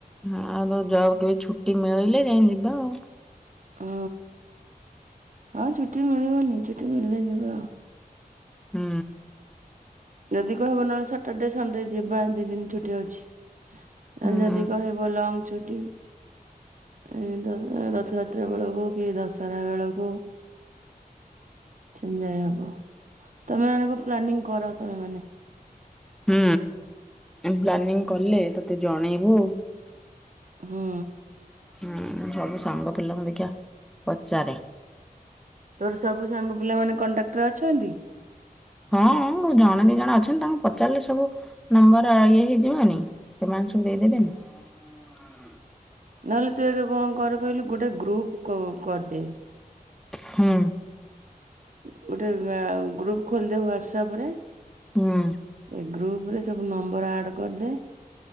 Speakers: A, in the centre; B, on the right (about 55°).
A: ହଁ ଆଉ ତୋ ଯବ କେବେ ଛୁଟି ମିଳିଲେ ଯାଇଁ ଯିବା ଆଉ।
B: ହଁ ଆଉ ଛୁଟି ମିଳିବନି ଛୁଟି ମିଳିଲେ ଯିବା ଆଉ।
A: ହୁଁ।
B: ଯଦି କହିବ ନହେଲେ, ସଟରର୍ଡେ ସଣ୍ଡେ ଯିବା ଦି ଦିନ ଛୁଟି ଅଛି।
A: ହୁଁ
B: ଯଦି
A: ହୁଁ।
B: କହିବ ଲଙ୍ଗ ଛୁଟି। <unintelligible> ରଥଯାତ୍ରା ବେଳକୁ କି ଦଶହରା ବେଳକୁ। ସେ ଯାଇ ହବ ତମେ ଆଗ ପ୍ଲାନିଂ କର। ତମେ ମାନେ
A: ହୁଁ। ଆମେ ପ୍ଲାନିଂ କଲେ ତତେ ଜଣେଇବୁ ଆଉ।
B: ହୁଁ
A: ହୁଁ ସବୁ ସାଙ୍ଗ ପିଲାଙ୍କୁ ଦେ ଆଜ୍ଞା ପଚାରେ
B: ତୋର ସବୁ ସାଙ୍ଗ ପିଲା ମାନେ କଣ୍ଟାକ୍ଟ ରେ ଅଛନ୍ତି?
A: ହଁ-ଅ-ଅ ଜଣେ ଦି ଜଣେ ଅଛନ୍ତି ତାଙ୍କୁ ପଚାରିଲେ ସବୁ ନମ୍ବର ଇଏ ହେଇଯିବନି ସେମାନେ ସବୁ ଦେଇ ଦେବନି।
B: ନହେଲେ ତୁ ଏକ କଣ କର କହିଲୁ ଗୋଟେ ଗ୍ରୁପ କୁ କରିଦେ।
A: ହୁଁ।
B: ଗୋଟେ ଅ ଗ୍ରୁପ ଖୋଲିଦେ ହ୍ଵାଟସଅପ ରେ।
A: ହୁଁ
B: ଏ ଗ୍ରୁପ ରେ ସବୁ ନମ୍ବର ଆଡ କରିଦେ।